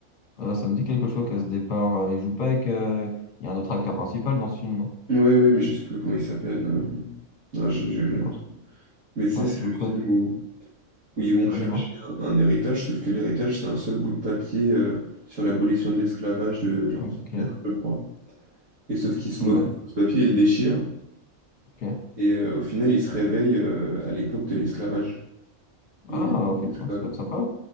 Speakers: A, on the left; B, on the right.
A: euh, ça me dit quelque chose qu'à ce départ, euh, il joue pas avec. euh, il y a un autre acteur principal dans ce film, non?
B: Ouais, ouais, mais je sais plus comment il s'appelle. euh, Non, j'ai j'ai
A: C'est
B: un
A: quoi?
B: trou. Mais c'est
A: Ouais,
B: c'est
A: je
B: le
A: connais.
B: film où, où ils vont chercher
A: Ouais, dis-moi.
B: un, un héritage, sauf que l'héritage, c'est un seul bout de papier euh, sur l'abolition de l'esclavage de leurs
A: Ok.
B: ancêtres, je crois. Et sauf qu'ils se
A: Ouais,
B: moquent de ce bout de papier, ils le déchirent.
A: ok.
B: Et euh, au final, ils se réveillent euh, à l'époque de l'esclavage. Il
A: Ah,
B: est devenu
A: ok.
B: esclave.
A: Ouais, ça peut être sympa.